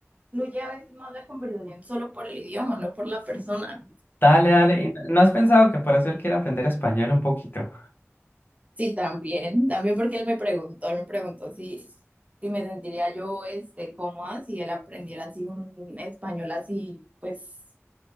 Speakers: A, on the right; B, on the left.
A: fluye a veces más la conversación solo por el idioma, no por la persona.
B: Dale, dale. ¿Y no no has pensado que por eso él quiere aprender español un poquito?
A: Sí, también, también porque él me preguntó, él me preguntó si, si me sentiría yo, este, cómoda si él aprendiera así un español así, pues,